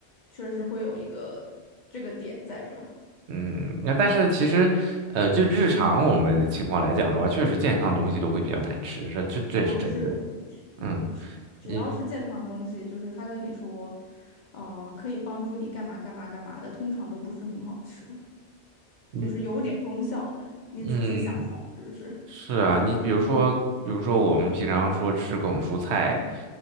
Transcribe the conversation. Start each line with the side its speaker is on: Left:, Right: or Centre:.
Left: 确实会有一个这个点在这儿。
Right: 嗯，那但是其实，呃，就日常我们的情况来讲的话，确实健康的东西都会比较难吃，这这这也是真的。
Left: 啊是的，是的，是的，
Right: 嗯，
Left: 只要是健康的东西，
Right: 你如
Left: 就是他跟你说，呃，可以帮助你干嘛干嘛干嘛的，通常都不是很好吃，
Right: 你
Left: 就是有点功效的。你仔细想想，
Right: 嗯，
Left: 是不是？
Right: 是啊，你比如说，比如说我们平常说吃各种蔬菜，